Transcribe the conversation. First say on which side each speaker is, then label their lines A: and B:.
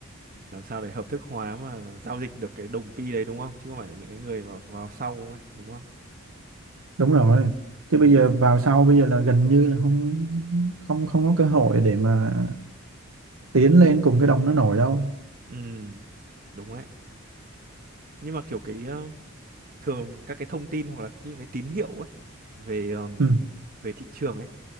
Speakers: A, on the right (about 45°); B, on the right (about 85°).
A: làm sao để hợp thức hóa mà giao dịch được cái đồng pi đấy đúng không chứ không phải là những cái người mà vào sau ấy đúng không
B: đúng rồi chứ bây
A: ừ
B: giờ vào sau bây giờ là gần như là không không không có cơ hội để mà tiến lên cùng cái đồng nó nổi đâu
A: ừ đúng đấy nhưng mà kiểu cái ờ, thường các cái thông tin hoặc là những cái tín hiệu ấy về ờm,
B: ừ
A: về thị trường ấy